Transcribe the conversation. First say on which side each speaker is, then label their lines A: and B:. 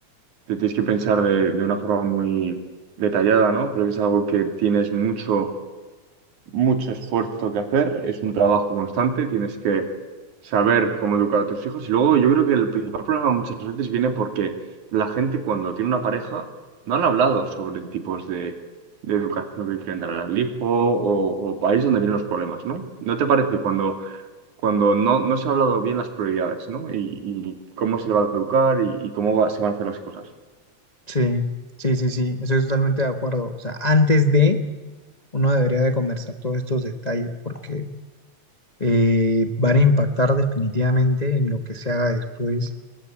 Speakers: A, on the right (about 85°); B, on the left (about 40°).
A: te tienes que pensar de, de una forma muy detallada, ¿no? Creo que es algo que tienes mucho, mucho esfuerzo que hacer, es un trabajo constante, tienes que saber cómo educar a tus hijos. Y luego yo creo que el principal problema muchas veces viene porque la gente cuando tiene una pareja no han hablado sobre tipos de, de educación que quieren dar al hijo o, o país donde vienen los problemas, ¿no? ¿No te parece cuando cuando no, no se ha hablado bien las prioridades, ¿no? Y, y cómo se le va a educar y, y cómo va- se van a hacer las cosas.
B: Sí, sí, sí, sí, estoy totalmente de acuerdo. O sea, antes de, uno debería de conversar todos estos detalles porque eh, van a impactar definitivamente en lo que se haga después.